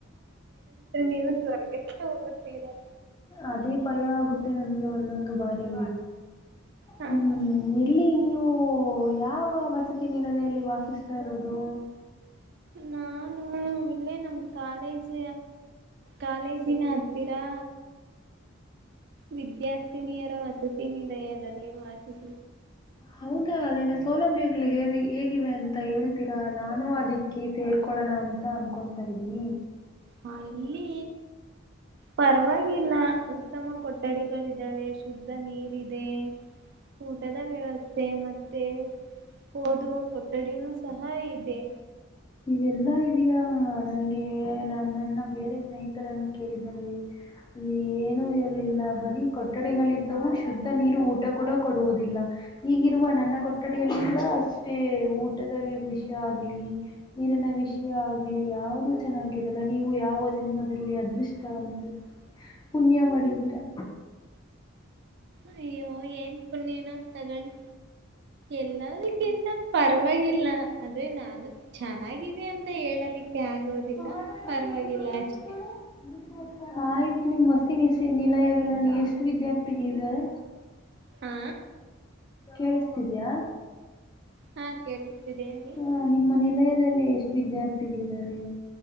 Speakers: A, on the right; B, on the left.
A: ನೀವು ಸ್ವರ್ಗಕ್ಕೆ ಹೋಗುತ್ತೀರಾ
B: ಅದೇ ಭಯ ಆಗುತ್ ತ್ತೆ ನಮಗೆ ಒಂದೊಂದು ಬಾರಿ
A: ಹ
B: ಹ್ಮ್ ಎಲ್ಲಿ ನೀವು. ಹ ಯಾವ ವಸತಿ ನಿಲದೆಯಲ್ಲಿ ವಾಸಿಸ್ತಾ ಇರೋದು.
A: ನಾನು ಇಲ್ಲೇ ನಮ್ ಕಾಲೇಜ್. ಕಾಲೇಜಿನ ಹತ್ತಿರಾ. ವಿದ್ಯಾರ್ಥಿನಿಯರ ವಸತಿ ನಿಲಯದಲ್ಲಿ ವಾಸಿಸ
B: ಹೌದಾ ಅಲ್ಲಿನ ಸೌಲಭ್ಯ ಮಳ ಹೇವಿ ಹೇಗಿವೆ ಅಂತ ಹೇಳ್ತೀರಾ ನಾನು ಅದಕ್ಕೆ ಸೇರ್ಕೊಳ್ಳೋಣ ಅಂತ ಅನ್ಕೊತಾ ಇದ್ದೀನಿ.
A: ಹ ಇಲ್ಲಿ. ಪರವಾಗಿಲ್ಲ ಉತ್ತಮ ಕೊಠಡಿಗಳಿದ್ದಾವೆ. ಶುದ್ಧ ನೀರ ಇದೆ ಊಟದ ವ್ಯವಸ್ಥೆ ಮತ್ತೆ. ಓದುವ ಕೊಠಡಿನೂ ಸಹ ಇದೆ
B: ನೀವೆಲ್ಲಾ ಇದೀಯಾ. ಹ ನನಗೆ ನನ್ನ ಬೇರೆ ಸ್ನೇಹಿತರನ್ನು ಕೇಳಿದರೆ ಅಲ್ಲಿ ಏನುೂ ಇರ್ಲಿಲ್ಲ ಬರೀ ಕೊಠಡಿಗಳಿದ್ದವು ಶುದ್ಧ ನೀರು ಊಟ ಕೂಡ ಕೊಡುವುದಿಲ್ಲ. ಈಗಿರುವ ನನ್ನ ಕೊಠಡಿಯಲ್ಲೂ ಅಷ್ಟೇ ಊಟದ ವಿಷಯ ಆಗ್ಲಿ ನೀರಿನ ವಿಷಯ ಆಗ್ಲಿ ಯಾವ್ದೂ ಚೆನ್ನಾಗಿ- ನೀವು ಯಾವ ಜನ್ಮದಲ್ಲಿ ಅದೃಷ್ಟವಂತರು. ಪುಣ್ಯ ಮಾಡಿದ್ದೀರಾ
A: ಅಯ್ಯೋ ಏನ್ ಪುಣನೋ ತಗಳಿ. ಎಲ್ಲದಕ್ಕಿಂತ ಪರವಾಗಿಲ್ಲ ಅದೇ ನಾನು.
B: <unintelligible>
A: ಚೆನ್ನಾಗಿದೆ ಅಂತ
B: ಆಯ್ತು <unintelligible>
A: ಹೇಳಲಿಕ್ಕೆ ಆಗೋದಿಲ್ಲ ಪರವಾಗಿಲ್ಲ ಅಷ್ಟೆ
B: ನಿಲಯಲ್ಲಿ ಎಷ್ಟು ವಿದ್ಯಾರ್ಥಿಗಳಿದಿದ್ದಾರೆ.
A: ಹಾ
B: ಕೇಳುಸ್ತಿದಿಯ
A: ಹಾ ಕೇಳಿಸ್ತಿದೆ ಹೇಳಿ
B: ಹ ನಿಮ್ಮ ಮನೆಲಿ ಎಷ್ಟು ವಿದ್ಯಾರ್ಥಿಗಳಿದ್ದಾರೆ.